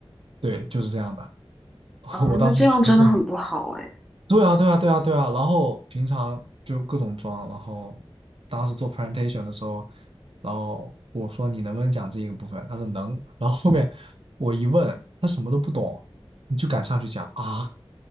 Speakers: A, on the right (about 70°); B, in the centre.
A: 对，就是这样的，<laughs>
B: 啊，
A: 我当时人都震
B: 那这样真的很不好哎，
A: 对啊，对啊，对啊，对啊。然后平常就各种装，然后当时做 presentation 的时候，然后我说你能不能讲这一个部分？他说能。然后后面我一问，他什么都不懂，你就敢上去讲啊，